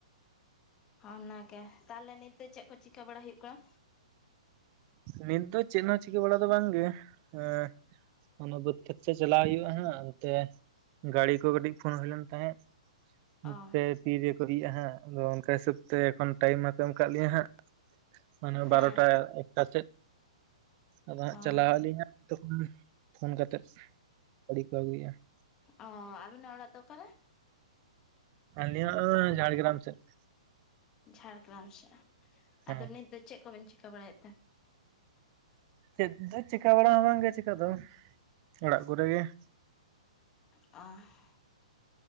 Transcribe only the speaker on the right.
ᱱᱤᱛ ᱫᱚ ᱪᱮᱫ ᱦᱚᱸ ᱪᱤᱠᱟᱹ ᱵᱟᱲᱟ ᱫᱚ ᱵᱟᱝᱜᱮ ᱮᱻ ᱚᱱᱟ ᱵᱟᱹᱫᱽ ᱠᱷᱮᱛ ᱥᱮᱜ ᱪᱟᱞᱟᱣ ᱦᱩᱭᱩᱜᱼᱟ ᱦᱟᱜ, ᱚᱱᱛᱮ ᱜᱟᱹᱲᱤ ᱠᱚ ᱠᱟᱹᱴᱤᱡ ᱯᱷᱳᱱ ᱦᱳᱭ ᱞᱮᱱ ᱛᱟᱦᱮᱸᱫ
᱾ ᱛᱤᱨᱮᱠᱚ ᱥᱤᱭᱼᱟ ᱦᱟᱸᱜ ᱟᱫᱚ ᱚᱱᱠᱟ ᱦᱤᱥᱟᱹᱵ ᱛᱮ ᱮᱠᱷᱚᱱ ᱴᱟᱭᱤᱢ ᱢᱟᱠᱚ ᱮᱢ ᱠᱟᱜ ᱞᱤᱧᱟᱹ ᱦᱟᱸᱜ᱾ ᱢᱟᱱᱮ
ᱵᱟᱨᱚᱴᱟ ᱮᱠᱴᱟ ᱥᱮᱫ ᱟᱫᱚ ᱦᱟᱸᱜ
ᱪᱟᱞᱟᱜ ᱟᱞᱤᱧ᱾ ᱛᱮᱦᱮᱧᱟᱜ ᱛᱚᱠᱷᱚᱱ ᱯᱷᱳᱱ ᱠᱟᱛᱮᱫ ᱜᱟᱹᱰᱤ ᱠᱚ ᱟᱹᱜᱩᱭᱟ ᱾
ᱟᱞᱤᱭᱟᱹᱜ ᱚᱲᱟᱜ <inaudible> ᱡᱷᱟᱲᱜᱨᱟᱢ ᱥᱮᱫ ᱾
ᱦᱮᱸ
ᱪᱮᱫ ᱫᱚ ᱪᱮᱠᱟ ᱵᱟᱲᱟ ᱦᱚᱸ ᱵᱟᱝᱜᱮ ᱪᱮᱠᱟ ᱫᱚ ᱚᱲᱟᱜ ᱠᱚᱨᱮᱜ ᱜᱮ ᱾